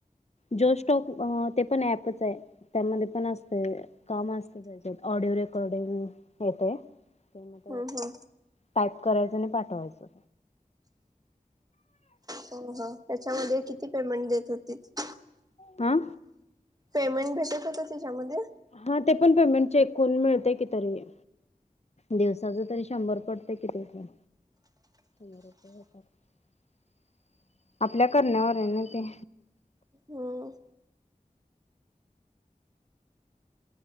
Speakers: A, on the left; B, on the right.
A: जोश स्टॉक ते पण ऍपच आहे. त्यामध्ये पण असते काम असते त्याच्यात ऑडिओ रेकॉर्डिंग येत. ते मग
B: हम् हम
A: टाईप करायचं आणि पाठवायचं.
B: तर मग, त्याच्यामध्ये किती पेमेंट देत होतीत?
A: आ?
B: पेमेंट भेटत होत त्याच्यामध्ये?
A: हा ते पण पेमेंट चेक करून मिळते कि तरी दिवसाच तरी शंभर पड ते की तो. <inaudible> <inaudible> आपल्या करण्यावर आहे ना ते.
B: हम्म.